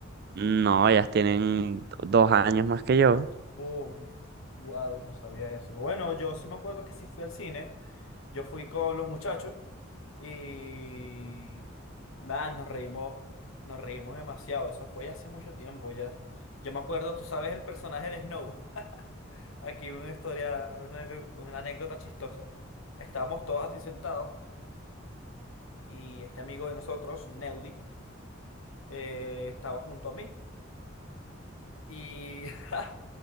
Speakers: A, on the right (about 50°); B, on the left (about 90°).
A: No, ellas tienen dos años más que yo.
B: Uf, wow, no sabía eso. Bueno, yo sí me acuerdo que sí fui al cine. Yo fui con los muchachos y nada, nos reímos, nos reímos demasiado. Eso fue ya hace mucho tiempo ya. Yo me acuerdo, tú sabes, el personaje de Snow. <laughs> Aquí una historia, una, ane- una anécdota chistosa. Estábamos todos así sentados y este amigo de nosotros, Neudi, eh, estaba junto a mí. Y <laughs>